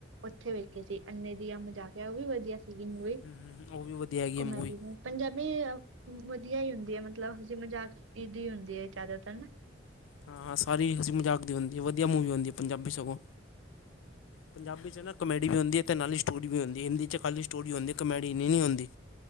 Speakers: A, on the right (about 80°); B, on the left (about 80°).
A: ਉੱਥੇ ਵੇਖੇ ਸੀ ਅੰਨੇ ਦੀਆਂ ਮਜ਼ਾਕ ਉਹ ਵੀ ਵਧੀਆ ਸੀਗੀ ਮੂਵੀ
B: ਅੱਛਾ, ਉਹ ਵੀ ਵਧੀਆ ਹੈਗੀ
A: ਕੋਮੇਡੀਅਨ।
B: ਹੈ ਮੂਵੀ।
A: ਪੰਜਾਬੀ ਵਧੀਆ ਹੀ ਹੁੰਦੀ ਏ ਮਤਲਬ ਹੱਸੀ ਮਜ਼ਾਕ ਦੀ ਹੀ ਹੁੰਦੀ ਏ ਜ਼ਿਆਦਾਤਰ ਨਾ।
B: ਹਾਂ, ਹਾਂ ਸਾਰੀ ਹਸੀ ਮਜ਼ਾਕ ਦੀ ਹੁੰਦੀ ਏ ਵਧੀਆ ਮੂਵੀ ਹੁੰਦੀ ਏ ਪੰਜਾਬੀ ਸਗੋਂ। ਪੰਜਾਬੀ 'ਚ ਨਾ ਕਾਮੇਡੀ ਵੀ ਹੁੰਦੀ ਏ ਤੇ ਨਾਲੇ ਸਟੋਰੀ ਵੀ ਹੁੰਦੀ ਏ ਹਿੰਦੀ ਚ ਖਾਲੀ। ਸਟੋਰੀ ਹੁੰਦੀ ਏ ਕਮੇਡੀ ਇਨੀ ਨਹੀਂ ਹੁੰਦੀ।